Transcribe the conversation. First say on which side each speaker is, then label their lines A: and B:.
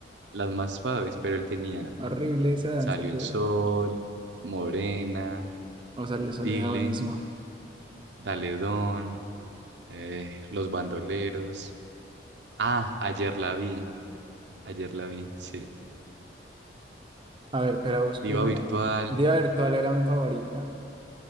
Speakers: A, on the right; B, on the right.
A: las más suaves, pero él tenía
B: Horrible esa danza
A: Salió
B: cobra.
A: el Sol, Morena,
B: O sea, le solía
A: Dile,
B: buenísimo.
A: Dale Don, eh, Los Bandoleros. Ah, ayer la vi, ayer la vi, sí.
B: A ver, pero busco
A: Diva
B: una.
A: Virtual,
B: Debe haber, ¿cuál era mi favorita?